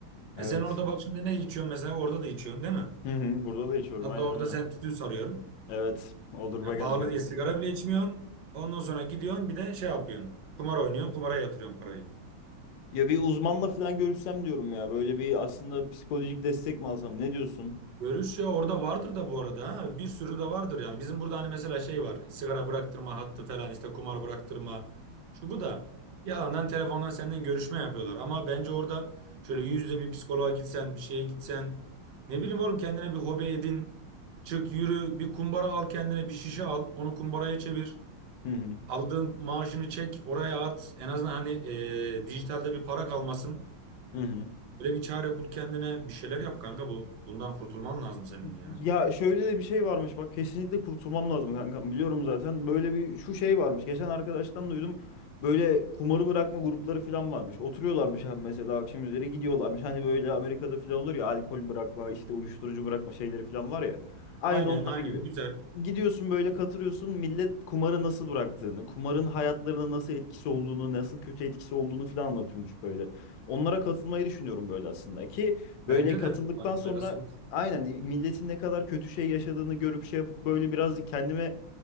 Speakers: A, on the left; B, on the right.
A: Evet.
B: E sen orada bak şimdi ne içiyorsun mesela orada da içiyorsun değil mi?
A: Hı hı, burada da içiyorum
B: Hatta
A: aynen
B: orada
A: öyle.
B: sen tütün sarıyorsun.
A: Evet o duruma
B: Ya
A: geldik
B: pahalı
A: artık.
B: diye sigara bile içmiyorsun. Ondan sonra gidiyorsun bir de şey yapıyorsun. Kumar oynuyorsun, kumara yatırıyorsun parayı.
A: Ya bir uzmanla falan görüşsem diyorum ya böyle bir aslında psikolojik destek mi alsam ne diyorsun?
B: Görüş ya orada vardır da bu arada ha. Bir sürü de vardır yani. Bizim burada hani mesela şey var. Sigara bıraktırma hattı falan işte kumar bıraktırma. Şu bu da. Yalandan telefondan senden görüşme yapıyorlar. Ama bence orada şöyle yüzde bir psikoloğa gitsen, bir şeye gitsen. Ne bileyim oğlum kendine bir hobi edin. Çık yürü, bir kumbara al kendine, bir şişe al. Onu kumbaraya çevir.
A: Hı hı.
B: Aldığın maaşını çek, oraya at. En azından hani e, dijitalde bir para kalmasın.
A: Hı hı.
B: Böyle bir çare bul kendine. Bir şeyler yap kanka. Bu, bundan kurtulman lazım senin ya.
A: Ya şöyle de bir şey varmış bak kesinlikle kurtulmam lazım kankam biliyorum zaten böyle bir şu şey varmış geçen arkadaştan duydum böyle kumarı bırakma grupları falan varmış oturuyorlarmış abi mesela akşam üzeri gidiyorlarmış hani böyle Amerika'da falan olur ya alkol bırakma işte uyuşturucu bırakma şeyleri falan var ya aynı
B: Aynen
A: onlar
B: aynen
A: gibi
B: güzel.
A: gidiyorsun böyle katılıyorsun millet kumarı nasıl bıraktığını kumarın hayatlarına nasıl etkisi olduğunu nasıl kötü etkisi olduğunu falan anlatıyormuş böyle onlara katılmayı düşünüyorum böyle aslında ki
B: Bence
A: Böyle katıldıktan
B: de fay-
A: sonra
B: faydası olur.
A: Aynen milletin ne kadar kötü şey yaşadığını görüp şey yapıp böyle biraz kendime